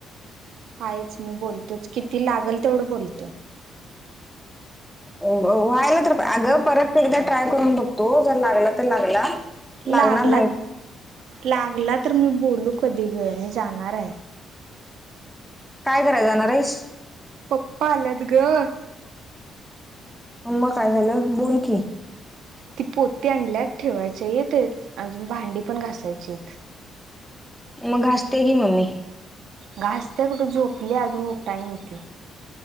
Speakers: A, on the right; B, in the centre.
A: हायच मी बोलतोच किती लागल तेवढं बोलतो.
B: अ ब व्हायला तर अगं परत एकदा ट्राय करून बघतो जर लागला तर लागला. लागणार
A: लागला
B: नाही
A: लागला तर मी बोलू कधी ग मी जाणारयं.
B: काय कराय जाणार आहेस?
A: पप्पा आलात गं.
B: मग काय झालं बोलकी.
A: ती पोती आणल्यात ठेवायची आहित अजून भांडी पण घासायची आहेत.
B: मग घासतिया घे मम्मी.
A: घासतिया कुठं झोपलिया अजून उठाय नाई ती.